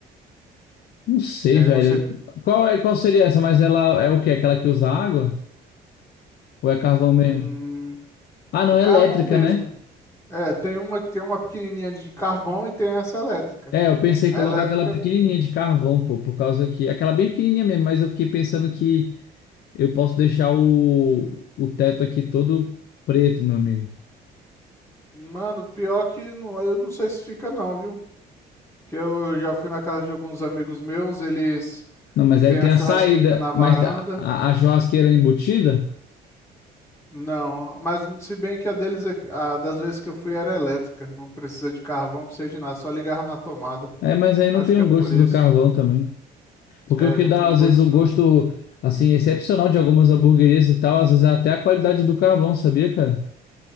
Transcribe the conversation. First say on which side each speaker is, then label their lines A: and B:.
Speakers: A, on the left; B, on the left.
A: Não sei,
B: Que aí
A: velho.
B: você,
A: Qual é, qual seria essa? Mas ela é o quê? Aquela que usa água? Ou é carvão
B: hum,
A: mesmo? Ah, não,
B: é carvão
A: é elétrica,
B: mesmo.
A: né?
B: É, tem uma que tem uma pequenininha de carvão e tem essa elétrica.
A: É, eu pensei
B: A
A: em colocar
B: elétrica,
A: aquela pequenininha de carvão, pô, por causa que. Aquela bem pequenininha mesmo, mas eu fiquei pensando que eu posso deixar o, o teto aqui todo preto, meu amigo.
B: mano, pior que não, eu não sei se fica não, viu? Que eu já fui na casa de alguns amigos meus, eles
A: Não, mas aí
B: têm a
A: tem
B: churrasqueirinha
A: a saída,
B: na varanda.
A: mas a, a a churrasqueira embutida?
B: Não, mas se bem que a deles, é- a das vezes que eu fui era elétrica, não precisa de carvão, não precisa de nada, só ligava na tomada.
A: É, mas aí não
B: Acho
A: tem
B: que
A: o
B: é por
A: gosto
B: isso.
A: do carvão também. Porque
B: É,
A: o que
B: não
A: dá,
B: tem um
A: às
B: gosto
A: vezes, o
B: não.
A: gosto, assim, excepcional de algumas hamburguerias e tal, às vezes é até a qualidade do carvão, sabia, cara?